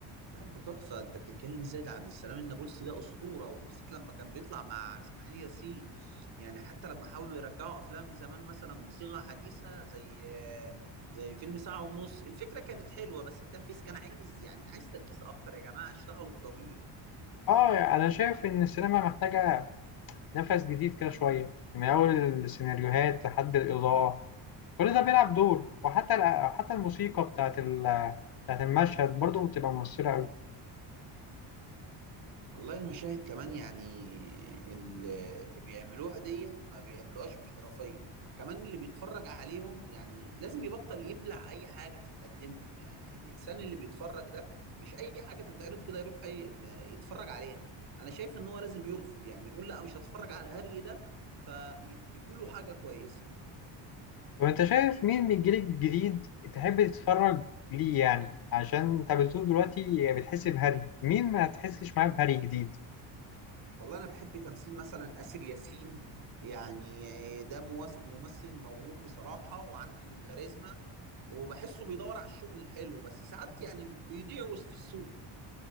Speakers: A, on the right (about 65°); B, on the left (about 50°).
A: لا انت تحفة انت بتتكلم ازاي ده عبد السلام النابلسي ده اسطورة وبالذات لما كان بيطلع مع اسماعيل ياسين يعني حتى لما حاولوا يرجعوا افلام زمان مثلا بصيغة حديثة زي زي فيلم ساعة ونص الفكرة كانت حلوة بس التنفيذ كان عايز يعني عايز تركيز اكتر يا جماعة اشتغلوا بضمير
B: اه انا شايف ان السينما محتاجه نفس جديد كده شويه من اول السيناريوهات لحد الاضاءه كل ده بيلعب دور وحتى ال- حتى الموسيقى بتاعت ال- بتاعت المشهد برضو بتبقى مؤثره قوي.
A: والله المشاهد كمان يعني ال- اللي بيعملوها ديت ما بيعملوهاش باحترافية كمان اللي بيتفرج عليهم يعني لازم يبطل يبلع أي حاجة تتقدم له يعني الإنسان اللي بيتفرج ده مش أي حاجة تتعرض كده يروح أي- يتفرج عليها أنا شايف إن هو لازم يرفض يعني يقول لا مش هتفرج على هري ده فينتجوا له حاجة كويسة
B: طب انت شايف مين من الجيل الجديد تحب تتفرج ليه يعني عشان انت بتقول دلوقتي بتحس بهري مين ما تحسش معاه بهري جديد
A: والله انا بحب تمثيل مثلا آسر ياسين يعني ده مواس- ممثل موهوب بصراحة وعنده كاريزما وبحسه بيدور على الشغل الحلو بس ساعات يعني بيضيع وسط السوق